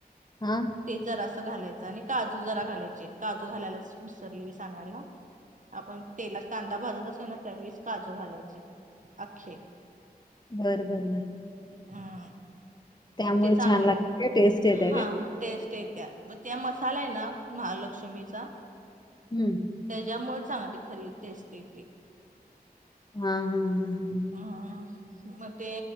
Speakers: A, on the left; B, on the right.
A: हा
B: ते जरा असं घालायचं आणि काजू जरा घालायचे काजू घालायलाच विसरली मी सांगायला आपण तेलात कांदा भाजत असो ना त्यावेळीस काजू घालायचे आखे
A: बरं बर
B: हम्
A: त्यामुळे
B: ते चांगलं
A: छान लागते का? टेस्ट येते
B: हा
A: काय?
B: टेस्ट आहे त्या त्या मसाला आहे ना महालक्ष्मीचा
A: हम्म
B: त्याच्यामुळे चांगली खरेदी असते ती,
A: हा हा हा हम
B: अ मग ते